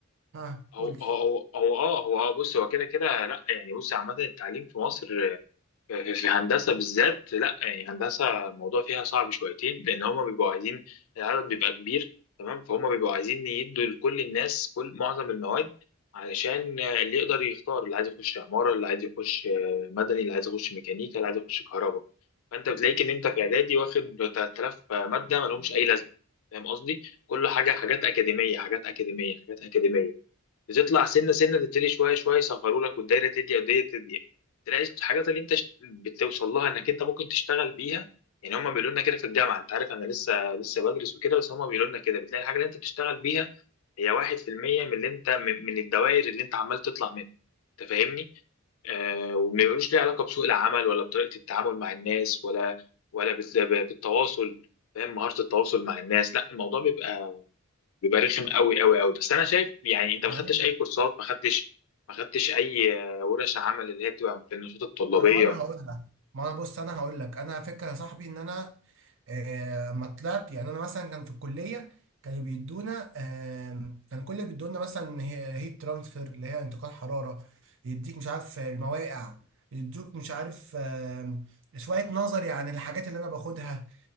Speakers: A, on the right; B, on the left.
A: ها
B: هو
A: قول
B: هو هو هو اه هو اه بص هو كده كده لا يعني بص عامة التعليم في مصر في هندسة بالذات لا يعني هندسة الموضوع فيها صعب شويتين لأن هما بيبقوا عايزين العدد بيبقى كبير تمام فهم بيبقوا عايزين يدوا لكل الناس كل معظم المواد علشان اللي يقدر يختار اللي عايز يخش عمارة اللي عايز يخش مدني اللي عايز يخش ميكانيكا اللي عايز يخش كهرباء فأنت بتلاقيك إن أنت في إعدادي واخد 3000 مادة مالهمش أي لازمة فاهم قصدي؟ كل حاجة حاجات أكاديمية حاجات أكاديمية حاجات أكاديمية بتطلع سنه سنه تبتدي شويه شويه يصغروا لك والدايره تضيق والدايره تضيق تلاقي الحاجات اللي انت ش- بتوصل لها انك انت ممكن تشتغل بيها يعني هم بيقولوا لنا كده في الجامعه انت عارف انا لسه لسه بدرس وكده بس هم بيقولوا لنا كده بتلاقي الحاجه اللي انت بتشتغل بيها هي 1% من اللي انت من, من الدوائر اللي انت عمال تطلع منها انت فاهمني آه وما بيقولوش ليه علاقه بسوق العمل ولا بطريقه التعامل مع الناس ولا ولا بت- بالتواصل فاهم مهاره التواصل مع الناس لا الموضوع بيبقى بيبقى رخم قوي قوي قوي بس انا شايف يعني انت ما
A: لي
B: خدتش اي كورسات ما خدتش ما خدتش اي آه، ورش عمل اللي هي بتبقى في النشاط الطلابيه
A: انا انا هقول لك ما انا بص انا هقول لك انا فكره يا صاحبي ان انا آه، اما طلعت يعني انا مثلا كان في الكليه كانوا بيدونا آه، كان كل اللي بيدونا مثلا هي هيت ترانسفير اللي هي انتقال حراره يديك مش عارف المواقع يدوك مش عارف آه، شويه نظري عن الحاجات اللي انا باخدها